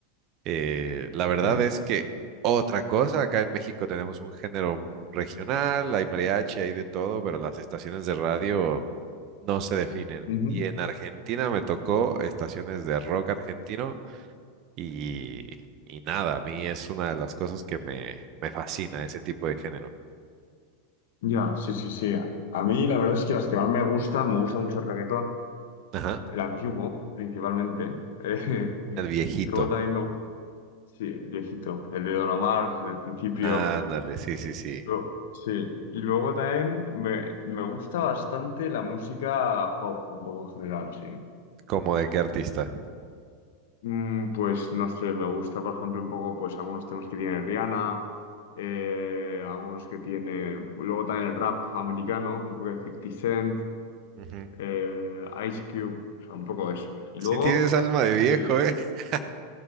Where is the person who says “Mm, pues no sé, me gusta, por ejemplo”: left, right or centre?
Left